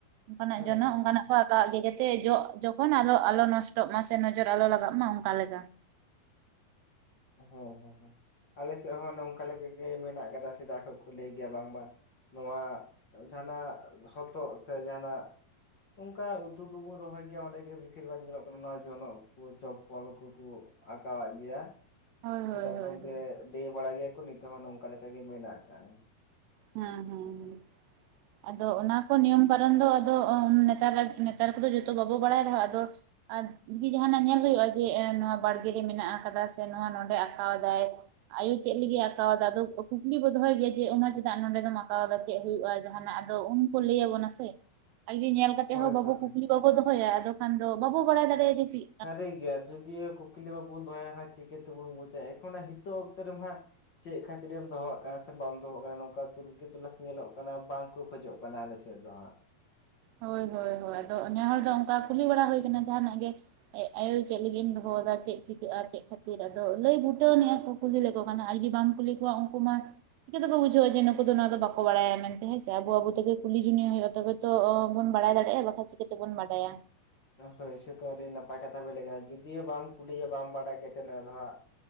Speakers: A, on the right; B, on the left.
A: ᱚᱱᱠᱟᱱᱟᱜ
B: ᱦᱮᱸ
A: ᱡᱚᱱᱚᱜ
B: ᱦᱮᱸ
A: ᱚᱱᱠᱟᱱᱟᱜ
B: ᱦᱮᱸ
A: ᱠᱚ ᱟᱠᱟᱸ ᱟᱜ ᱜᱮ ᱡᱟᱛ ᱛᱮ ᱡᱚᱜ ᱡᱚᱠᱷᱚᱱ ᱟᱞᱚ ᱟᱞᱚ ᱱᱚᱥᱴᱚᱜ ᱢᱟ ᱥᱮ ᱱᱚᱡᱚᱨ ᱟᱞᱚ ᱞᱟᱜᱟᱜ ᱢᱟ ᱚᱝᱠᱟ ᱞᱮᱠᱟ᱾
B: ᱦᱚᱸ ᱦᱚᱸ ᱦᱚᱸ ᱟᱞᱮ ᱥᱮᱫ ᱦᱚᱸ ᱱᱚᱝᱠᱟ ᱞᱮᱠᱟᱜᱮ ᱢᱮᱱᱟᱜ ᱟᱠᱟᱫᱟ ᱥᱮᱫᱟᱭ ᱠᱷᱚᱱ ᱠᱚ ᱞᱟᱹᱭ ᱜᱮᱭᱟ ᱵᱟᱝ ᱵᱟ ᱱᱚᱣᱟ ᱡᱟᱦᱟᱸᱱᱟᱜ ᱦᱚᱛᱚᱜ ᱥᱮ ᱡᱟᱦᱟᱱᱟᱜ ᱩᱝᱠᱟ ᱩᱛᱩ ᱠᱚᱵᱚᱱ ᱨᱚᱦᱚᱭ ᱜᱮᱭᱟ ᱚᱸᱰᱮ ᱜᱮ ᱵᱤᱥᱤᱨ ᱵᱷᱟᱜᱽ ᱧᱮᱞᱚᱜ ᱠᱟᱱᱟ ᱱᱚᱣᱟ ᱡᱚᱱᱚᱜ ᱠᱩ ᱪᱚᱯᱚᱞ ᱠᱩᱠᱩ ᱟᱠᱟᱣᱟᱜ ᱜᱮᱭᱟ᱾
A: ᱦᱳᱭ
B: ᱥᱮᱫᱟᱭ
A: ᱦᱳᱭ ᱦᱳᱭ
B: ᱠᱷᱚᱱ
A: ᱦᱮᱸ
B: ᱜᱮ ᱞᱟᱹᱭ ᱵᱟᱲᱟ ᱜᱮᱭᱟ ᱠᱚ ᱱᱤᱛᱚᱜ ᱦᱚᱸ ᱱᱚᱝᱠᱟ ᱞᱮᱠᱟᱜᱮ ᱢᱮᱱᱟᱜ ᱟᱠᱟᱜᱼᱟ᱾
A: ᱦᱩᱸ ᱦᱩᱸ ᱦᱩᱸ ᱟᱫᱚ ᱚᱱᱟ ᱠᱚ ᱱᱤᱭᱚᱢ ᱠᱟᱨᱚᱱ ᱫᱚ ᱟᱫᱚ ᱚ ᱱᱮᱛᱟᱨ ᱨᱮ ᱱᱮᱛᱟᱨ ᱠᱚᱫᱚ ᱡᱚᱛᱚ ᱵᱟᱵᱚ ᱵᱟᱲᱟᱭ ᱨᱮᱦᱚᱸ ᱟᱫᱚ ᱟᱨ ᱡᱩᱫᱤ ᱡᱟᱦᱟᱱᱟᱜ ᱧᱮᱞ ᱦᱩᱭᱩᱜᱼᱟ ᱡᱮ ᱮ ᱱᱚᱣᱟ ᱵᱟᱲᱜᱮ ᱨᱮ ᱢᱮᱱᱟᱜ ᱟᱠᱟᱫᱟ ᱥᱮ ᱱᱚᱣᱟ ᱱᱚᱰᱮ ᱟᱠᱟᱣᱟᱫᱟᱭ᱾ ᱟᱭᱳ ᱪᱮᱜ ᱞᱤᱜᱤᱜ ᱟᱠᱟᱣᱟᱫᱟ ᱟᱫᱚ ᱠᱩᱠᱞᱤ ᱵᱚ ᱫᱚᱦᱚᱭ ᱜᱮᱭᱟ ᱡᱮ ᱚᱱᱟ ᱪᱮᱫᱟᱜ ᱱᱚᱰᱮ ᱫᱚᱢ ᱟᱠᱟᱣᱟᱫᱟ ᱪᱮᱜ ᱦᱩᱭᱩᱜᱼᱟ ᱡᱟᱦᱱᱟᱜ ᱟᱫᱚ ᱩᱱᱠᱚ ᱞᱟᱹᱭ ᱟᱵᱚᱱᱟ ᱥᱮ ᱟᱜᱮ ᱧᱮᱞ ᱠᱟᱛᱮ
B: ᱦᱳᱭ
A: ᱦᱚᱸ ᱵᱟᱵᱚ
B: ᱦᱳᱭ
A: ᱠᱩᱠᱞᱤ
B: ᱦᱳᱭ
A: ᱵᱟᱵᱚ ᱫᱚᱦᱚᱭᱟ ᱟᱫᱚ ᱠᱷᱟᱱ ᱫᱚ ᱵᱟᱵᱚ ᱵᱟᱲᱟᱭ ᱫᱟᱲᱮᱜᱼᱟ ᱡᱮ ᱪᱤᱜ
B: ᱥᱟᱹᱨᱤ ᱜᱮ ᱡᱩᱫᱤᱭᱳ ᱠᱩᱠᱞᱤ ᱵᱟᱵᱚᱱ ᱫᱚᱦᱚᱭᱟ ᱦᱟᱸ ᱪᱤᱠᱟᱹ ᱛᱮᱵᱚᱱ ᱵᱩᱡᱟ ᱮᱠᱷᱚᱱᱟ ᱦᱤᱛᱚᱜ ᱚᱠᱛᱚ ᱨᱮᱢᱟ ᱪᱮᱜ ᱠᱷᱟᱹᱛᱤᱨᱮᱢ ᱫᱚᱦᱚᱣᱟᱜ ᱠᱟᱱᱟ ᱥᱮ ᱵᱟᱢ ᱫᱚᱦᱚ ᱣᱟᱠᱟᱫᱟ ᱱᱚᱝᱠᱟ ᱛᱩᱨᱠᱤ ᱛᱚᱞᱟᱥ ᱧᱮᱞᱚᱜ ᱠᱟᱱᱟ ᱵᱟᱝ ᱠᱚ ᱠᱷᱚᱡᱚᱜ ᱠᱟᱱᱟ ᱟᱞᱮᱥᱮᱫ ᱫᱚᱦᱟᱸᱜ᱾
A: ᱦᱳᱭ, ᱦᱳᱭ, ᱦᱳᱭ ᱟᱫᱚ ᱱᱮ ᱦᱚᱲ ᱫᱚ ᱚᱝᱠᱟ ᱠᱩᱞᱤ ᱵᱟᱲᱟ ᱦᱳᱭ ᱟᱠᱟᱱᱟ ᱡᱟᱦᱟᱱᱟᱜ ᱜᱮ ᱮᱜ ᱟᱭᱳ ᱪᱮᱜ ᱞᱟᱹᱜᱤᱜ ᱤᱧ ᱫᱚᱦᱚᱣᱟᱫᱟ ᱪᱮᱜ ᱪᱤᱠᱟᱹᱜᱼᱟ ᱪᱮᱜ ᱠᱷᱟᱹᱛᱤᱨ ᱟᱫᱚ ᱞᱟᱹᱭ ᱵᱩᱴᱟᱹᱣ ᱟᱱᱤᱡᱟᱠᱚ᱾ ᱠᱩᱞᱤ ᱞᱮᱠᱚ ᱠᱷᱟᱱ ᱟᱨ ᱡᱩᱫᱤ ᱵᱟᱢ ᱠᱩᱞᱤ ᱠᱚᱣᱟ ᱩᱝᱠᱩ ᱢᱟ ᱪᱤᱠᱟᱹᱛᱮᱠᱚ ᱵᱩᱡᱷᱟᱹᱣᱟ ᱡᱮ ᱱᱩᱠᱩ ᱫᱚ ᱱᱚᱣᱟ ᱫᱚ ᱵᱟᱠᱚ ᱵᱟᱲᱟᱭᱟ ᱢᱮᱱᱛᱮ ᱦᱮᱸᱥᱮ ᱟᱵᱚ ᱟᱵᱚ ᱛᱮᱜᱮ ᱠᱩᱞᱤ ᱡᱩᱱᱤᱭ ᱦᱩᱭᱩᱜᱼᱟ ᱛᱚᱵᱮ ᱛᱚ ᱚ ᱵᱟ ᱵᱚᱱ ᱵᱟᱲᱟᱭ ᱫᱟᱲᱮᱭᱟᱜᱼᱟ ᱵᱟᱠᱷᱟᱡ ᱪᱤᱠᱟᱹ ᱛᱮᱵᱚᱱ ᱵᱟᱰᱟᱭᱟ᱾
B: ᱦᱳᱭ ᱥᱮᱛᱚ ᱟᱹᱰᱤ ᱱᱟᱯᱟᱭ ᱠᱟᱛᱷᱟ ᱵᱮᱱ ᱞᱟᱹᱭ ᱠᱟᱱᱟ ᱡᱩᱫᱤᱭᱳ ᱵᱟᱢ ᱠᱩᱞᱤᱭᱭᱟ ᱵᱟᱢ ᱵᱟᱰᱟᱭ ᱠᱟᱛᱮᱫ ᱱᱚᱣᱟᱫᱚ ᱦᱟᱸᱜ